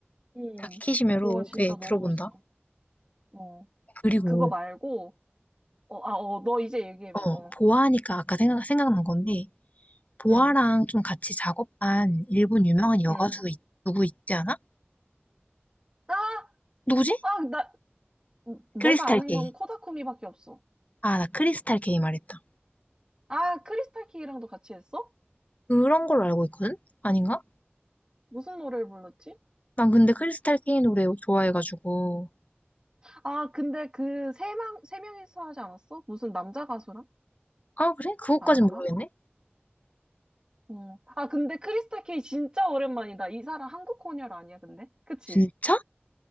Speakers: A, on the right; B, on the left.
A: 음.
B: 다키시메로.
A: 보아
B: 오케이,
A: 진짜 너무
B: 들어본다.
A: 멋있어. 어.
B: 그리고,
A: 그거 말고 어, 아, 어, 너 이제 얘기해 봐.
B: 어,
A: 어.
B: 보아하니까 아까 생각, 생각난 건데, 보아랑
A: 응
B: 좀 같이 작업한 일본 유명한 여가수
A: 응
B: 있- 누구 있지 않아?
A: 아,
B: 누구지?
A: 아, 나 내가
B: 크리스탈
A: 아는
B: 게이.
A: 건 코다쿠미밖에 없어.
B: 아, 나 크리스탈 게이 말했다.
A: 아, 크리스탈 킹이랑도 같이 했어?
B: 그런 걸로 알고 있거든? 아닌가?
A: 무슨 노래를 불렀지?
B: 난 근데 크리스탈 케이 노래 좋아해가지고.
A: 아, 근데 그 세 명, 세 명이서 하지 않았어? 무슨 남자 가수랑?
B: 아, 그래? 그것까진
A: 아닌가?
B: 모르겠네?
A: 어. 아, 근데 크리스타 케이 진짜 오랜만이다. 이 사람 한국 혼혈 아니야, 근데? 그치?
B: 진짜?